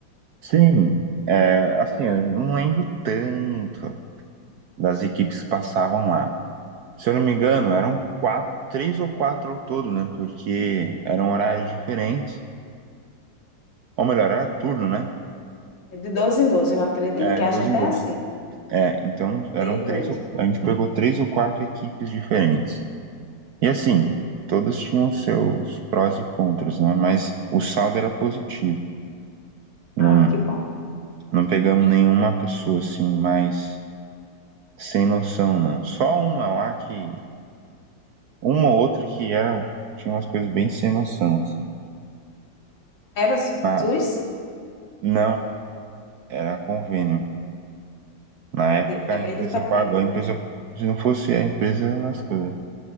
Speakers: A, on the right; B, on the left.
A: Sim, é, assim, eu não lembro tanto das equipes que passavam lá. Se eu não me engano, eram quatro, três ou quatro ao todo, né? Porque eram horários diferentes. Ou melhor, era turno, né?
B: De 12 em doze eu acredito
A: É,
B: que
A: de
B: a
A: dois
B: gente
A: em
B: é
A: dois.
B: assim,
A: É, então eram
B: dia e noite.
A: três, ou- a gente pegou três ou quatro equipes diferentes. E assim, todas tinham seus prós e contras, né? Mas o saldo era positivo. Não,
B: Ai, que bom.
A: não pegamos nenhuma pessoa assim, mais sem noção, não. Só uma lá que, uma ou outra que era, tinha umas coisas bem sem noção, assim.
B: Era
A: Ah,
B: SUS?
A: não, era convênio. Na
B: Ah,
A: época
B: de- é
A: a
B: bem
A: empresa
B: diferente,
A: pagou, a empresa,
B: né?
A: se não fosse a empresa, lascou. né?